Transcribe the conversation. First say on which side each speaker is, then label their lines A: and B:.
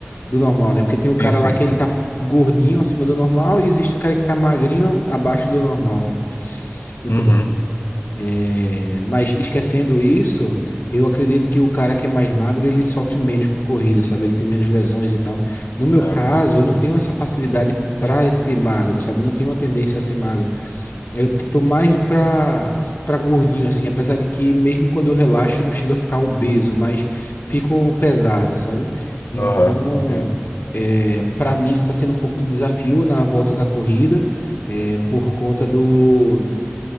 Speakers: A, on the left; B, on the left.
A: do normal, né? Porque tem o cara
B: Sim, sim.
A: lá que ele tá gordinho acima do normal e existe o cara que tá magrinho abaixo do normal, né? Então,
B: Uhum.
A: assim, é, mas esquecendo isso, eu acredito que o cara que é mais magro, ele sofre menos com a corrida, sabe? Ele tem menos lesões e tal. No meu
B: Ah,
A: caso,
B: com tudo.
A: eu não tenho essa facilidade para ser magro, sabe? Não tenho uma tendência a ser magro. Eu t- tô mais para para gordinho assim, apesar de que mesmo quando eu relaxo, eu não chego a ficar obeso, mas fico pesado, sabe? Então,
B: Aham, entendo.
A: é, para mim está sendo um pouco de desafio na volta da corrida, é, por conta do